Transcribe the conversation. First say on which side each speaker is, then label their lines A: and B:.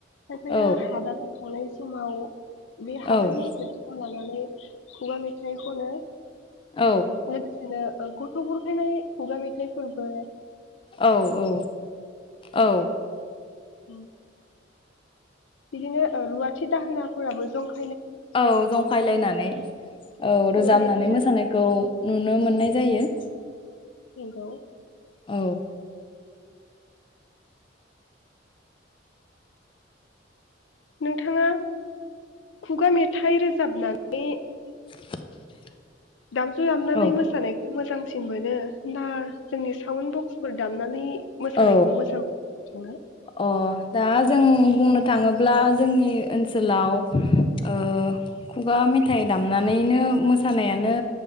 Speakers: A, on the left; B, on the left.
A: खायफाया
B: औ
A: हादानाव थांनाय समाव बे हादाननि
B: औ
A: खोथाखौ लानानै खुगा मेथाइ खनो
B: औ
A: लोगोसेनो गुथ' बुरखायनाय खुगा मेथाइ फोरबो
B: औ औ औ
A: उम बिदिनो ओ रुवाथि दाहोनाफोराबो जं
B: औ जंखायलायनानै औ
A: खुगा
B: रोजाबनानै
A: मेथाइ रोजाबनाय
B: मोसानायखौ नुनो मोननाय जायो।
A: नोंगौ।
B: औ
A: नोंथाङा खुगा मेथाइ रोजाबनानै
B: <inaudible>
A: दामजु दामनानै
B: औ
A: मोसानायखौ मोजां सिन मोनो ना जोंनि साउन्ड बक्सफोर दामनानै मोसानायखौ
B: औ
A: मोजां मोनो नोंथाङा?
B: अ दा जों बुंनो थाङोब्ला जोंनि ओनसोलाव ओ खुगा मेथाइ दामनानैनो मोसानायानो